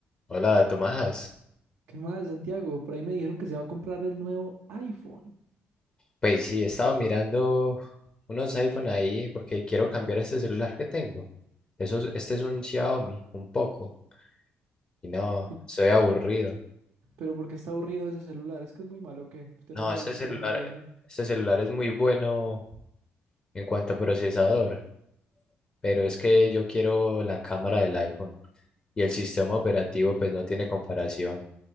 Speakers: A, on the left; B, on the right.
A: Hola Tomás,
B: ¿Qué más, Santiago? Por ahí me dijeron que se va a comprar el nuevo iPhone.
A: pues sí, he estado mirando unos iPhone ahí porque quiero cambiar este celular que tengo. Eso, es- este es un Xiaomi, un poco, y no,
B: Y-
A: soy aburrido.
B: Pero ¿por qué está aburrido ese celular? Es que es muy malo, que Usted
A: No,
B: me había
A: este
B: dicho
A: celular,
B: que era muy bueno.
A: este celular es muy bueno en cuanto a procesador, pero es que yo quiero la cámara del iPhone y el sistema operativo pues no tiene comparación.